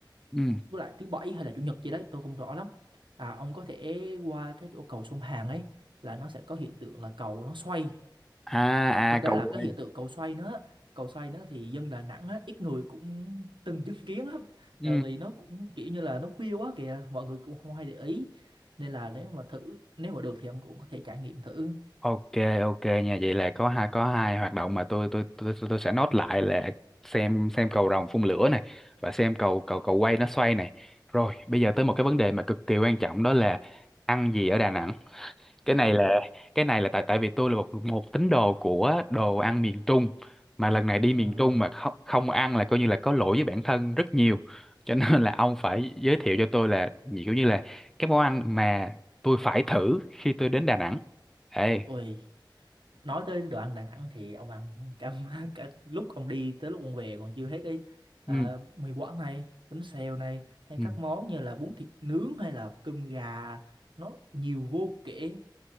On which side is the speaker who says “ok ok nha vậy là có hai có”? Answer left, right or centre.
Centre